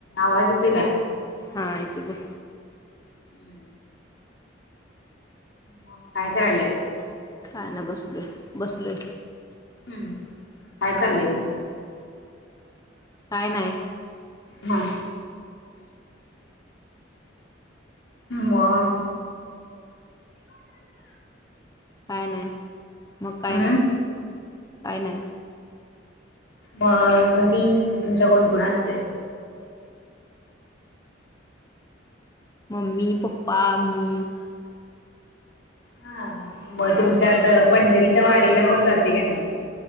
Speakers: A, on the left; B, on the left.
A: आवाज येतोय काय?
B: हा येते बोल
A: <inaudible> म काय करायल्यास
B: काय ना बसलोय. बसलोय
A: हूं काय चाललंय
B: काय नाही
A: म मग
B: काय नाय मकाय
A: हम्म
B: नाय काय नाही?
A: मग घरी क तुमच्या कोण कोण असतय?
B: ममी पप्पा पप्पा मी
A: हा मग तुमच्यात
B: अ
A: पंढरी च्या वारीला कोण जातय का नाही?